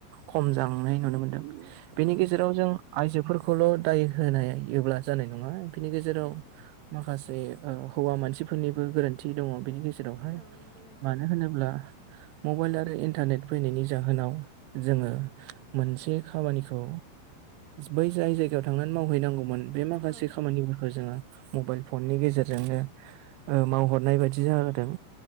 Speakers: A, on the right; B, on the right.
A: खम जालांनाय नुनो मोनदों। बेनि
B: औ नंगौ
A: गेजेराव
B: नोंथां
A: जों आयजोफोरखौल' दाय होनायोब्ला जानाय नङा बिनि गेजेराव
B: औ
A: माखासे ओ हौवा मानसिफोरनिबो गोरोन्थि दङ बेनि गेजेराव बेहाय
B: औ नंगौ नोंथां
A: मानो होनोब्ला मबाइल आरो इन्टारनेट फैनायनि जाहोनाव जोङो मोनसे खामानिखौ बै जाय जायगायाव थांनानै मावहैनांगौमोन बे माखासे
B: औ
A: खामानिफोरखौ जोङो मबाइल फननि गेजेरजोंनो ओ मावहरनाय बादि जादों